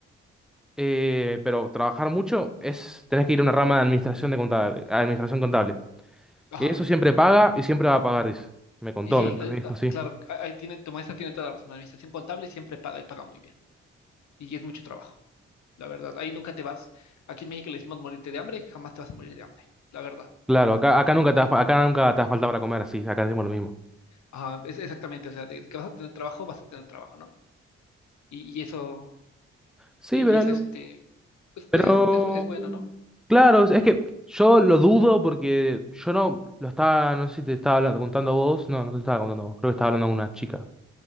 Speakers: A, in the centre; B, on the left (about 65°).
A: eh, pero trabajar mucho, es, tenés que ir a una rama de administración, de contable, administración contable.
B: Ajá.
A: Que eso siempre paga y siempre va a pagar, dice. Me contó,
B: Y sí,
A: me, me
B: eh,
A: dijo
B: ah,
A: así.
B: claro, ah, ahí tiene, tu maestra tiene toda la razón. La administración contable siempre paga y paga muy bien. Y es mucho trabajo, la verdad. Ahí nunca te vas. Aquí en México le decimos morirte de hambre, jamás te vas a morir de hambre, la verdad.
A: Claro, acá, acá nunca te, va a fa- acá nunca te falta para comer, así, acá decimos lo mismo.
B: Ajá, es exactamente, o sea, de que vas a tener trabajo, vas a tener trabajo, ¿no? Y, y eso,
A: Sí,
B: y, y
A: pero,
B: eso,
A: no-
B: este, pues, pues
A: pero
B: es, es, es bueno, ¿no?
A: claro, es que yo lo dudo porque yo no lo estaba, no sé si te estaba hablando- contando a vos, no, no te estaba contando a vos, creo que estaba hablando con una chica.